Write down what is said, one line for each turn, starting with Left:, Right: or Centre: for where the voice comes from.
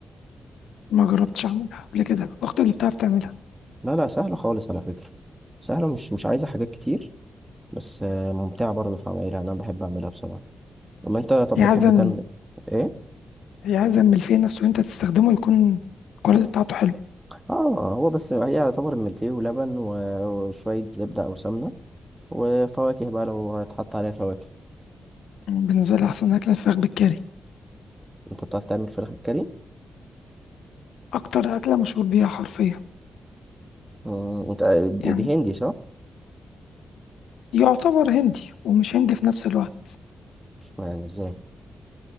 Left: ما جربتش أعملها قبل كده أختي اللي بتعرف تعملها
Right: لا لا سهلة خالص على فكرة سهلة مش مش عايزة حاجات كتير بس آه، ممتعة برضه في عملها أنا بحب أعملها بصراحة أما أنت طب
Left: هي
Right: بتحب
Left: عايزة ال-
Right: تعمل إيه؟
Left: هي عايزة من الفيه نفسه وأنت تستخدمه يكون الكواليتي بتاعته حلو
Right: اه هو بس هي يعتبر ملفيه ولبن و- وشوية زبدة أو سمنة وفواكه بقى لو هيتحط عليها فواكه
Left: بالنسبة لي أحسن أكلة الفراخ بالكاري
Right: انت بتعرف تعمل فراخ بالكاري؟
Left: أكتر أكلة مشهور بيها حرفيا
Right: مم، انت دي
Left: يعني
Right: دي هندي صح؟
Left: يعتبر هندي ومش هندي في نفس الوقت
Right: مش معنى ازاي